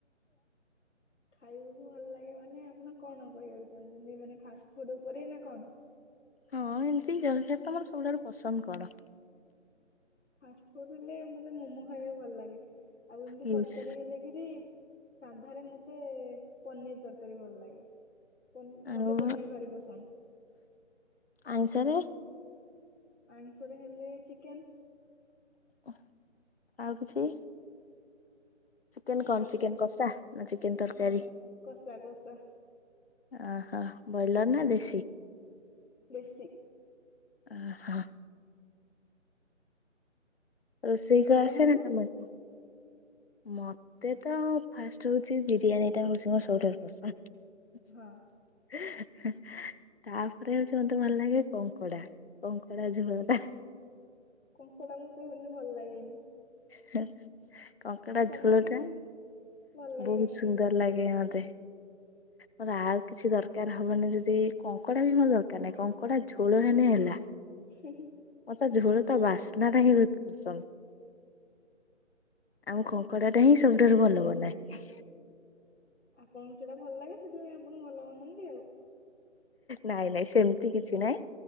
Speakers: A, on the left (about 70°); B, on the left (about 55°).
A: ଖାଇବାକୁ ଭଲ ଲାଗେ ମାନେ ଆପଣ କଣ କହିବାକୁ ଚାହୁଁଛନ୍ତି ମାନେ ଫାଷ୍ଟ ଫୁଡ୍ ଉପରେ ନା କଣ।
B: ହଁ ଏନ୍ତି ଜଳଖିଆରେ ତମର ସବୁଠାରୁ ପସନ୍ଦ କଣ।
A: ଫାଷ୍ଟ ଫୁଡ୍ ହେଲେ ମତେ ମୋମୋ ଖାଇବାକୁ ଭଲ ଲାଗେ ଆଉ ଇମିତି
B: ଇସ୍
A: ତରକାରୀ ହେଲେ କିରି ସାଧାରେ ମତେ ପନିର୍ ତରକାରୀ ଭଲ ଲାଗେ। ତମ୍
B: ଆଉ
A: ମତେ ପନିର୍ ଭାରି ପସନ୍ଦ।
B: ଆଇଁଷରେ
A: ଆଇଁଷରେ ହେଲେ ଚିକେନ୍।
B: ଓଃ ଆଉ କିଛି। ଚିକେନ୍ କଣ
A: ଆଉ
B: ଚିକେନ୍
A: କିଛି
B: କଷା ନା ଚିକେନ୍ ତରକାରୀ।
A: ହଁ କଷା କଷା।
B: ଓହୋ ବଏଲର୍ ନା ଦେଶୀ।
A: ଦେଶୀ।
B: ଓହୋ। ରୋଷେଇ କଁ
A: ଆପଣଙ୍କୁ?
B: ଆସେ ନା ତମକୁ? ମତେ ତ ଫାଷ୍ଟ୍ ହଉଛି ବିରିୟାନୀଟା <unintelligible> ତୋର ପସନ୍ଦ।
A: ହଁ
B: ହେଁ ତାପରେ ହଉଛି ମତେ ଭଲ ଲାଗେ କଙ୍କଡା କଙ୍କଡା ଝୋଳଟା।
A: କଙ୍କଡା ମତେ ହେନ୍ଦି ଭଲ ଲାଗେନି।
B: ହେ କଙ୍କଡା
A: ସମସ୍ତଙ୍କୁ
B: ଝୋଳଟା
A: ଭଲ ଲାଗିବନି
B: ବୋହୁତ ସୁନ୍ଦର
A: କିନ୍ତୁ
B: ଲାଗେ ମତେ। ମୋର ଆଉ କିଛି ଦରକାର ହବନି ଯଦି କଙ୍କଡା ବି ମୋର ଦରକାର ନାହିଁ କଙ୍କଡା ଝୋଳ ହେନେ ହେଲା।
A: ହୁଁ ହୁଁ।
B: ମତେ ଝୋଳ ତା ବାସ୍ନାଟା ହିଁ ବୋହୁତ ପସନ୍ଦ। ଆଉ ମୁଁ କଙ୍କଡାଟା ହିଁ ସବୁଠାରୁ ଭଲ ବନାଏ।
A: ଆପଣଙ୍କୁ ସେଇଟା ଭଲ ଲାଗେ ସେଥିପାଇଁ ଆପଣ ଭଲ ବନାନ୍ତି ଆଉ।
B: ନାଇଁ ନାଇଁ ସେମତି କିଛି ନାଇଁ।